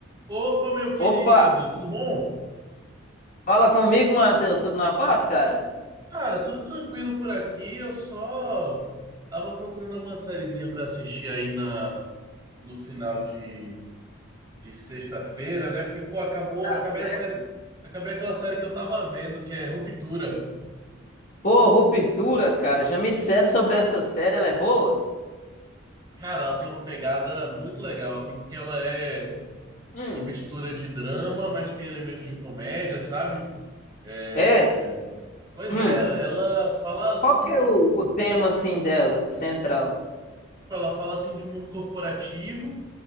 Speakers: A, on the right; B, on the left.
A: Opa, meu querido,
B: Opa,
A: tudo bom?
B: fala comigo, Matheus. Tudo na paz, cara?
A: Cara, tudo tranquilo por aqui. Eu só tava procurando alguma sériezinha pra assistir aí na no final de, de sexta-feira, né? Porque pô, acabou,
B: Tá
A: acabei
B: certo.
A: a série, acabei aquela série que eu tava vendo, que é Ruptura.
B: Pô, Ruptura, cara. Já me disseram sobre essa série, ela é boa?
A: Cara, ela tem uma pegada muito legal assim, porque ela é
B: Hum.
A: uma mistura de drama, mas tem elementos de comédia, sabe? É...
B: É?
A: Pois
B: Hum.
A: é, ela fala sobre
B: Qual que
A: um-
B: é o, o tema, assim, dela, central?
A: ela fala assim de mundo corporativo